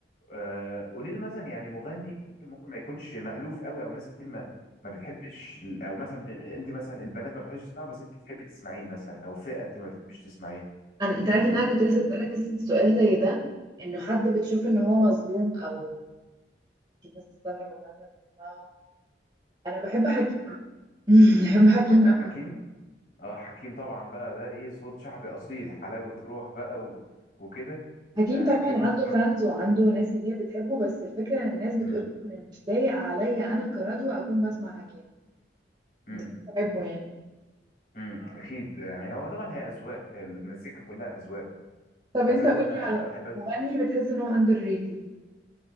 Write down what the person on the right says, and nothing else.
أنا... انت عارف ان انا كنت لسه بسالك سؤال زي ده انه حد بتشوف ان هو مظلوم او الناس بتستغرب والناس بتسمعه انا بحب حكيم <laughs> بحب حكيم
قوي
حكيم
طبعا
عنده
فانز
وعنده ناس كتير بتحبه بس الفكره ان الناس بتقول
ان مش لايق عليا انا كردو اكون بسمع حكيم
بس أنا بحبه يعني
طب
انت
قولي
على
مغني بتحس ان هو underrated